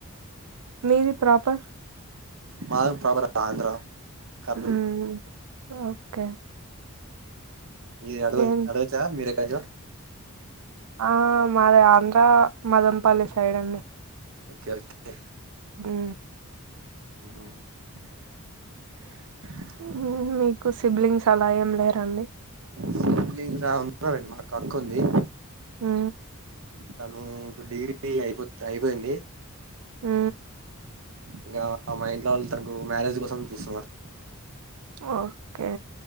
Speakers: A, on the right (about 90°); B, on the right (about 60°).
A: మీది ప్రాపర్
B: మాది ప్రాపర్ ఆంధ్ర కర్నూల్
A: మ్మ్ ఓకే
B: మీరు హడ
A: ఏం
B: హడవచ్చ మీరు ఎక్కడ
A: ఆ మాది ఆంధ్ర మదనపల్లి సైడ్ అండి
B: ఒకే ఒకే
A: హు
B: ఆ
A: మ్మ్. మీకు సిబ్లింగ్స్ అలా ఏం లేరండి
B: సిబ్లింగ్స్ ఆ ఉన్నారండి మాకు అక్క ఉంది
A: హు
B: తను ఇప్పుడు డిగ్రీ అయిపో అయిపోయింది
A: హు
B: ఇంక మా ఇంట్లో వాళ్ళు తనకు మ్యారేజ్ కోసం చూస్తున్నారు
A: ఒకే